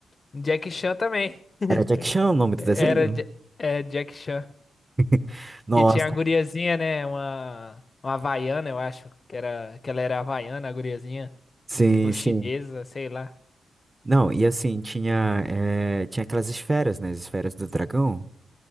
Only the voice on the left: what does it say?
Jack Chan também. <laughs>
Era
Ja- é, Jack Chan.
Que tinha a guriazinha, né? Uma, uma havaiana, eu acho. Que, era, que ela era havaiana, a guriazinha.
Ou chinesa,
sei lá.